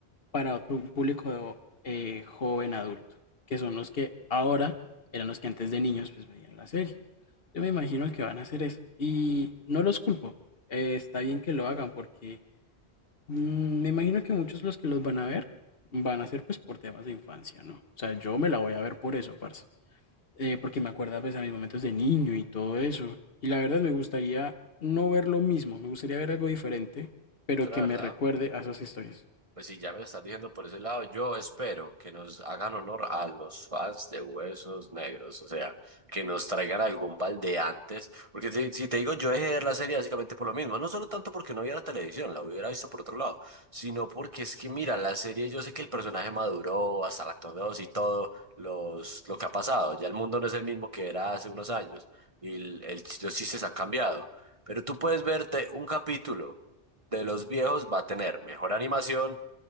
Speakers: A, on the left; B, on the right.
A: para otro público eh, joven adulto, que son los que ahora eran los que antes de niños pues veían la serie. Yo me imagino que van a hacer eso y no los culpo. eh, está bien que lo hagan porque mm, me imagino que muchos de los que los van a ver van a ser pues por temas de infancia, ¿no? O sea, yo me la voy a ver por eso, parce. Eh, porque me acuerda pues a mis momentos de niño y todo eso. Y la verdad me gustaría no ver lo mismo, me gustaría ver algo diferente, pero
B: Yo la
A: que
B: verdad,
A: me recuerde a esas historias.
B: pues sí, ya me lo estás diciendo por ese lado. Yo espero que nos hagan honor a los fans de Huesos Negros, o sea, que nos traigan algún balde antes. Porque si, si te digo, yo dejé de ver la serie básicamente por lo mismo. No solo tanto porque no había la televisión, la hubiera visto por otro lado, sino porque es que, mira, la serie, yo sé que el personaje maduró hasta el actor 2 y todo los, lo que ha pasado. Ya el mundo no es el mismo que era hace unos años y el, el- los chistes han cambiado. Pero tú puedes verte un capítulo de los viejos va a tener mejor animación,